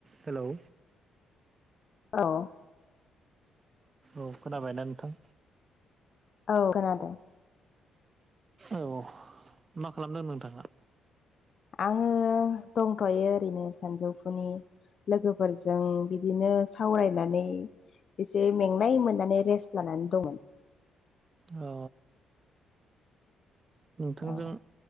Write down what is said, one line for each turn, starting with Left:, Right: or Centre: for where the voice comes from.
Right: हेलौ
Left: औ।
Right: औ खोनाबायना नोंथां?
Left: औ खोनादों।
Right: औ मा खालामदो नोंथाङा?
Left: आङो दंथ'यो ओरैनो सानजौफुनि। लोगोफोरजों बिदिनो सावरायनानै। एसे मेंनाय मोननानै रेस्ट लानानै दंमोन।
Right: अ। नोंथांजों।
Left: औ